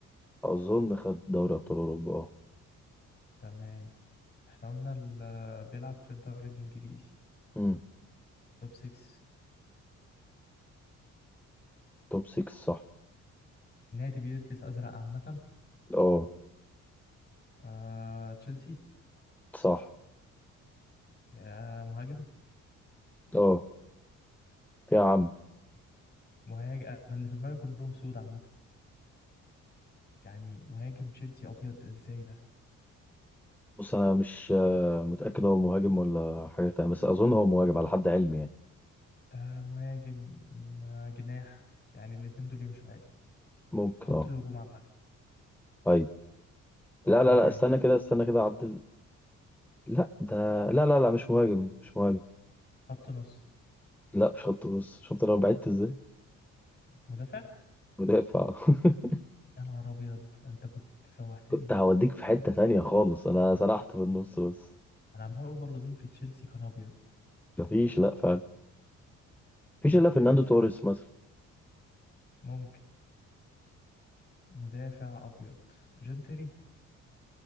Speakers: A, in the centre; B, on the left (about 35°).
A: اظن خد دوري ابطال اوروبا اه
B: تمام احنا قلنا ال- آه، بيلعب في الدوري الإنجليزي
A: امم
B: توب 6
A: توب 6 صح
B: نادي بيلبس أزرق عامة
A: اه
B: آه، تشيلسي
A: صح
B: آه، مهاجم
A: اه يا عم
B: مهاجم أنا اللي في دماغي كلهم سود عامة يعني مهاجم تشيلسي أبيض إزاي ده
A: بص انا مش آه، متاكد هو مهاجم ولا حاجه تانية بس اظن هو مهاجم على حد علمي يعني
B: آه، مهاجم م- جناح يعني الاتنين دول يمشوا عادي
A: ممكن
B: خط
A: اه
B: الهجوم عامة
A: ايوه لا
B: تمام
A: لا لا استنى كده استنى كده اعدل لا ده لا لا لا مش مهاجم مش مهاجم
B: خط نص
A: لا مش خط نص شفت انا بعدت ازاي
B: مدافع
A: مدافع <laughs>
B: يا نهار ابيض انت كنت سوحتني
A: كنت هوديك في حتة تانية خالص انا سرحت في النص بس
B: انا عمال اقول برضو مين في تشيلسي كان ابيض
A: مفيش لا فعلا مفيش
B: مدافع
A: الا فرناندو توريس مثلا
B: ممكن مدافع ابيض جون تيري